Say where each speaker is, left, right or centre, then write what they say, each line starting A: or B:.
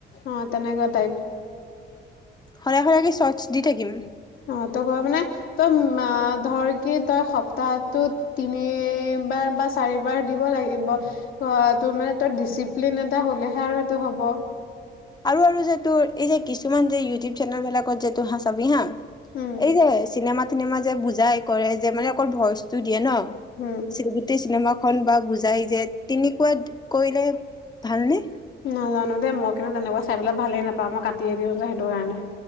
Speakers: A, on the left (about 80°); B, on the left (about 20°).
A: অ তেনেকুৱা টাইপ।
B: সদায়, সদায় কি চৰ্টছ দি থাকিম?
A: অ', ত' ক, মানে, তই আ, ধৰ কি তই সপ্তাহটোত তিনিবাৰ বা চাৰিবাৰ দিব লাগিব, ব, তোৰ মানে তই ডিচিপ্লিন এটা হ'লেহে আৰু সেইটো হ'ব।
B: আৰু, আৰু যে, তোৰ এই যে, কিছুমান যে, ইউটিউব চেনেল বিলাকত এইটো হা, চাবি হা
A: উম
B: এই যে, চিনেমাত চিনেমা যে বুজ জনায়, কৰে যে মানে অকল ভইচ টো দিয়ে ন
A: উম
B: চিনে গোটেই চিনেমা খন বা বুজায় যে, তেনেকুৱা কৰিলে ভালনে?
A: নাজানো দেই, মই কিন্তু তেনেকুৱা চাই পেলাই ভালেই নাপাওঁ, মই কাটিয়ে দিওঁ যে সেইটো কাৰণে